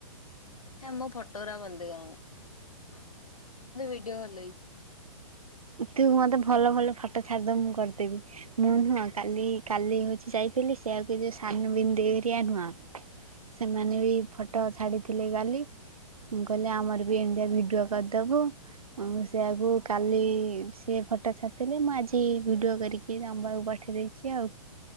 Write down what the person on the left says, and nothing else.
ହେ ମୋ ଫଟୋ ଗୁରା ଭଲ ଦେଖାଯାଉନି କିନ୍ତୁ ଭିଡ଼ିଓ ଭଲ ହେଇଛି।
ହୁଁ